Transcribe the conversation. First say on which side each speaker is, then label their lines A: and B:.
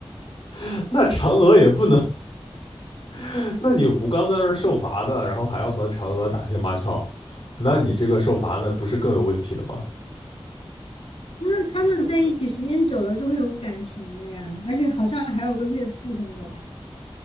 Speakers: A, on the left; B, on the left.
A: <laughs> 那嫦娥也不能，<laughs> 那你吴刚在那儿受罚的，然后还要和嫦娥打情骂俏啊，那你这个受罚那不是更有问题了吗？
B: 那他们在一起时间久了就会有感情了呀，而且好像还有个月兔什么的吧？